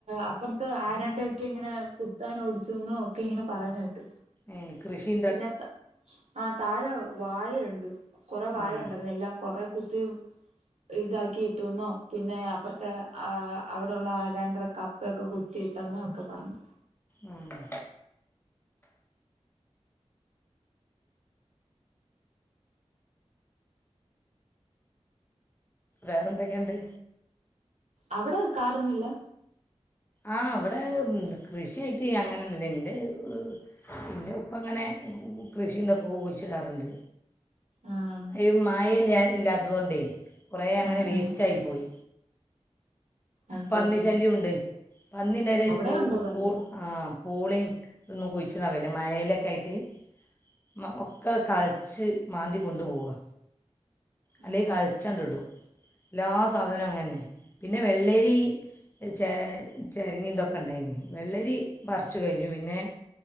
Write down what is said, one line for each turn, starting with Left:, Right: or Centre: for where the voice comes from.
Right: അപ്പുറത്ത് ആരാന്റെ ഒക്കെ ഇങ്ങനെ കുത്താൻ ഓടിച്ചുന്നോ ഒക്കെ ഇങ്ങനെ പറയുന്ന കേട്ട്.
Left: ഏഹ് കൃഷി
Right: പിന്നെ ആഹ് താഴെ വാഴയുണ്ട്. കൊറെ വാഴ
Left: ആ
Right: ഉണ്ടായിരുന്നു എല്ലാം. കൊറേ കുത്തിം ഇതാക്കി ഇട്ട്ന്നോ പിന്നെ അപ്പറ ആഹ് അവിടെള്ള രണ്ടര കപ്പൊക്കെ കുത്തിയിട്ടന്നൊക്കെ പറഞ്ഞു.
Left: ആഹ്. വേറെന്തൊക്കെയ്ണ്ട്?
Right: അവിടെ കാടൊന്നില്ലാ
Left: ആഹ് ഇവിടെ ഉം കൃഷിയായിറ്റ് അങ്ങനൊന്നും ഇല്ലാ ഇൻ്റെ ഈഹ് പിന്നെ ഉപ്പ ഇങ്ങനെ കു ക് കൃഷിയിതൊക്കെ കുയിച്ചിടാറ്ണ്ട്
Right: ആഹ്
Left: പ്പം മയെല്ലാ ഇല്ലാത്തത് കൊണ്ടേ കൊറെ അങ്ങനെ
Right: ആഹ്
Left: വേസ്റ്റായിപ്പോയി
Right: ആഹ് അതെല്ലേ
Left: പന്നി ശല്യോണ്ട് പന്നിണ്ടായെരെ
Right: അവിടെ
Left: പൂ
Right: ഉണ്ടോ പന്നി
Left: പൂ ആഹ് പൂളേം ഇതൊന്നും കുയിച്ചിടാൻ കയ്യൂലാ മയെലൊക്കെ ആയിറ്റ് മ ഒക്കെ കെൾച്ച് മാന്തി കൊണ്ടു പോവാ അല്ലെ
Right: ആഹ്
Left: കെൾച്ചാണ്ടിടും എല്ലാ സാധനോം അങ്ങനെന്നെ പിന്നെ വെള്ളരി ചെ ചെരങ്ങേ ഇതൊക്കെ ഇണ്ടായിനി വെള്ളരി പറിച്ചു കഴിഞ്ഞു പിന്നെ